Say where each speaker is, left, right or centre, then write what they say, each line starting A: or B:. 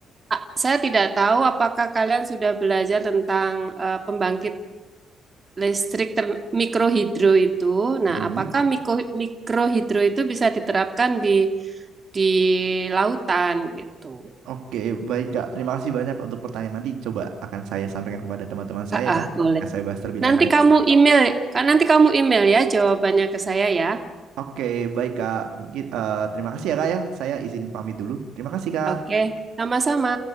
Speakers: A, on the right; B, on the right.
A: ah, saya tidak tahu apakah kalian sudah belajar tentang eh, pembangkit listrik ter- mikrohidro itu. Nah,
B: Mhm.
A: apakah miko- mikrohidro itu bisa diterapkan di di lautan gitu.
B: Oke, baik Kak. Terima kasih banyak untuk pertanyaan nanti coba akan saya sampaikan kepada teman-teman saya
A: Ah,
B: ya.
A: ah, boleh.
B: Akan saya bahas terlebih
A: Nanti
B: lanjut.
A: kamu email, kan nanti kamu email ya jawabannya ke saya ya.
B: Oke, baik Kak. Mungkin eh, terima kasih ya Kak ya. Saya izin pamit dulu. Terima kasih Kak.
A: Oke. Sama-sama.